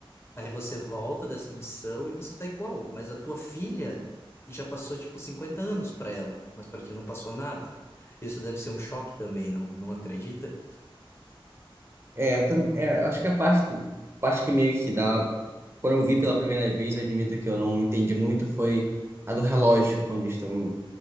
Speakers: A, on the left (about 25°); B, on the right (about 25°).
A: Aí você volta dessa missão e você tá igual, mas a tua filha já passou tipo 50 anos para ela, mas para ti não passou nada. Isso deve ser um choque também, não? Não acredita?
B: É, tam- é, acho que a parte, parte que meio que dá. Quando eu vi pela primeira vez, eu admito que eu não entendi muito, foi a do relógio, quando eles estão